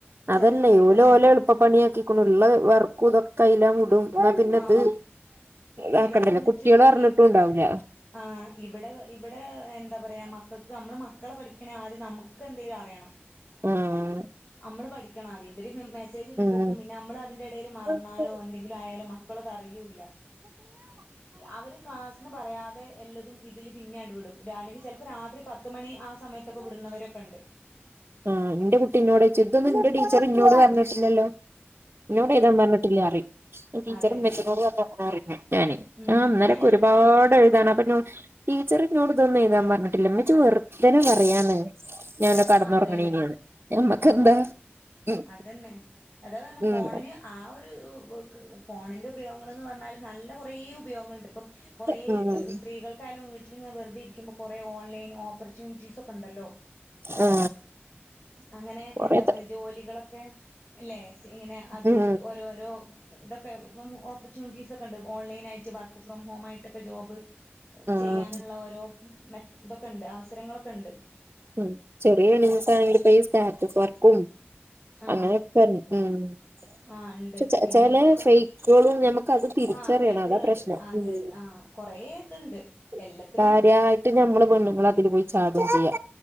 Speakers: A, on the right; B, on the left.
A: അതല്ലയ്
B: ചെല സമയത്തൊന്നേ
A: ഓല് ഓലെ എളുപ്പ പണ്യാ ക്കീക്കുണു ള്ള വർക്കൂ തൊക്കൈലാ വുടും ന്നാ പിന്നെ
B: ആഹ്
A: ഹ് താക്കണ്ടല്ലോ
B: ഇവിടെ വന്നിട്ട്
A: കുട്ട്യാള് അർഞ്ഞിട്ടുണ്ടാവൂല
B: ഇ ആഹ് ഇവടെ ഇവടെ എന്താ പറയാ മക്കക്ക് അമ്മളെ മക്കളെ പഠിപ്പിക്കണ അത് നമുക്കെ ന്തേലും അറ്യേണം
A: ആഹ്
B: മ്മള് പഠിക്കണാദ്യം ഇത്തറീം മെമ് മെസ്സേജ് ട്മ്പക്കും
A: ഉം
B: പിന്നെ ഞമ്മള് അതിന്റെ എടേല് മർന്നാലോ
A: ഉം
B: എന്തെങ്കിലും ആയാലോ മക്കളത് അറിയൂല്ല അവര് ക്ലാസ്ന്ന് പറയാതെ എല്ലതും ഇതിൽ പിന്നണ്ട് വ്ടും അല്ലെങ്കി ചെലപ്പോ രാത്രി പത്ത് മണി ആ സമയ ട്ടൊക്കെ വിട്ണോരൊക്കണ്ട്
A: ആഹ് ന്റെ കുട്ടി ന്നോടൊയ്ച്ചും ഇതൊന്നും ന്റെ ടീച്ചറ് ന്നോട് പർഞ്ഞ്ട്ടില്ലല്ലോ ന്നോട് എയ്താം പർഞ്ഞ്ട്ടില്ലാറീം ടീച്ചറ്
B: അതെ
A: മ്മച്ചിനോട് പർഞ്ഞ്ക്കുണു പർഞ്ഞ്ക്കുണു പർഞ്ഞു ഞാന്
B: ഉം
A: ആഹ് ഇന്നലെക്കെ ഒരുപാട് എഴ്താണ് അപ്പ ന്നൊട് ടീച്ചറ് ന്നോട് തൊന്നും എയ്താം പർഞ്ഞ്ട്ടില്ല മ്മച്ചി വെർതനെ പറയാണ് ഞാനൊ കടന്നോറ
B: ആ അതെല്ലേ
A: പണീലാന്ന് ഞമ്മക്കെന്താ
B: ആഹ്
A: ഉം
B: അതന്നെ അതാ പർഞ്ഞേ
A: ഉം
B: ഫോണിന് ആഹ് ഒര് വേ ക് ഫോണിന്റെ ഉപയോഗങ്ങള് ന്ന് പർഞ്ഞാല് നല്ല കൊറേ ഉപയോഗങ്ങള്ണ്ട് ഇപ്പം കൊറേ
A: ഉം
B: സ്ത്രീകൾക്കായാലും വീട്ട വ്ട്ട്ലിങ്ങനെ വെർതെ രിക്കുമ്പോ കൊറേ ഓൺലൈൻ ഓപ്പർച്ച്യൂണിറ്റീ സൊക്കെ ണ്ടല്ലോ
A: ആ
B: അങ്ങനെ
A: കൊറേ
B: എന്താ പറയാ ജോലികളൊക്കെ ഇല്ലേ ഇങ്ങനെ അത്
A: ഉം
B: ഓരോരോ ഇതൊക്കെ ഹ്മ്മ് ഓപ്പർച്യൂണിറ്റീസൊക്കണ്ട് ഓൺലൈനായ്റ്റ് വർക്ക് ഫ്രോം ഹോമായ്ട്ടൊക്കെ ജോബ്
A: ഉം
B: ചെയ്യാന്ള്ള ഓരോ മെത് ഇതൊക്കെണ്ട് അവസരങ്ങളൊക്കണ്ട്
A: ഹ്മ്മ് ചെറിയ ഏണിങ്ങ്സാണെങ്കില് ഇപ്പം ഈ സ്റ്റാറ്റസ് വർക്കും
B: ആഹ്
A: അങ്ങനൊക്കെ ഹ്മ്മ് പക്ഷെ
B: ആഹ് ഉണ്ട്
A: ചെ
B: പിന്നെ
A: ചെലേ
B: ഈ പൊക്ക
A: ഫെയ്ക്കളും ന മുക്കത് തിരിചെറിയണം
B: ആഹ് ഫേക്കുകളുണ്ട്
A: അതാ പ്രശ്നം
B: അതെ
A: ഹ്മ്മ്
B: അതെ ആഹ് കൊറേ ഇതുണ്ട്
A: <inaudible>
B: എല്ലാത്തിലും
A: കാര്യാ യിട്ട് ഞമ്മള് പെണ്ണ്ങ്ങളതില് പോയി ചാടുംചെയ്യാ